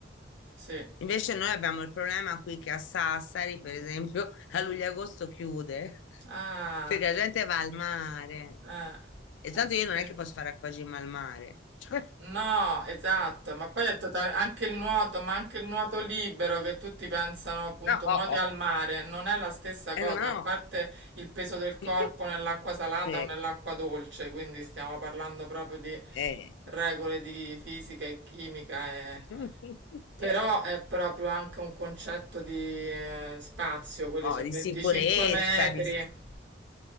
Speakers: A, on the right (about 85°); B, on the left (about 85°).
A: sì.
B: invece noi abbiamo il problema qui che a Sassari, per esempio, a luglio-agosto chiude, <laughs>
A: Ah,
B: perché la gente va al mare.
A: eh,
B: E
A: eh
B: tanto io
A: sì.
B: non è che posso fare acquagym al mare. <laughs> Cioè,
A: No, esatto, ma poi è totale- anche il nuoto, ma anche il nuoto libero che tutti pensano appunto
B: No,
A: nuoti al mare, non è la stessa cosa,
B: eh no.
A: a parte il peso del corpo
B: <laughs>
A: nell'acqua salata
B: Eh,
A: o nell'acqua dolce, quindi stiamo parlando proprio di
B: eh.
A: regole di fisica e chimica e-
B: <laughs>
A: Però è proprio anche un concetto di eh, spazio, quelli
B: No,
A: sono
B: di
A: 25
B: sicurezza,
A: metri.
B: di